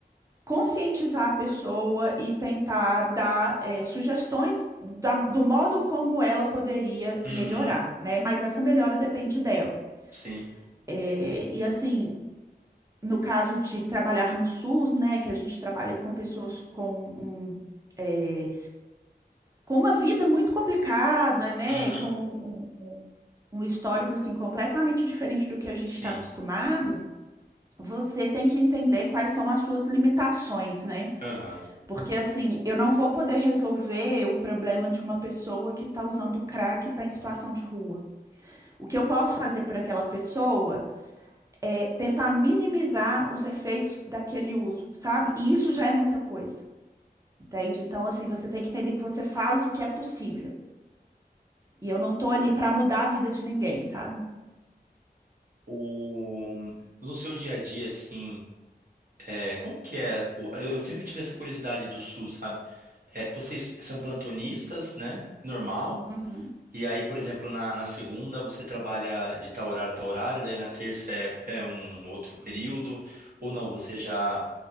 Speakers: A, on the right (about 20°); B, on the right (about 55°).
A: conscientizar a pessoa e tentar dar eh, sugestões da- do modo como ela poderia
B: uhum,
A: melhorar, né? Mas essa melhora depende dela.
B: sim,
A: Eh, e assim, no caso de trabalhar no SUS, né, que a gente trabalha com pessoas com um, eh, com uma vida muito complicada, né,
B: uhum,
A: com um, um um histórico assim completamente diferente do que a gente
B: sim,
A: está acostumado. Você tem que entender quais são as suas limitações, né?
B: aham.
A: Porque assim, eu não vou poder resolver o problema de uma pessoa que está usando crack e está em situação de rua. O que eu posso fazer para aquela pessoa é tentar minimizar os efeitos daquele uso, sabe? E isso já é muita coisa, entende? Então, assim, você tem que entender que você faz o que é possível. E eu não estou ali para mudar a vida de ninguém, sabe?
B: O... No seu dia a dia, assim, é, como que é? o- Eu eu sempre tive essa curiosidade do SUS, sabe? É, vocês são plantonistas, né? Normal.
A: Uhum,
B: E aí, por exemplo, na, na segunda você trabalha de tal horário a tal horário, daí na terça é, é um outro período, ou não, você já.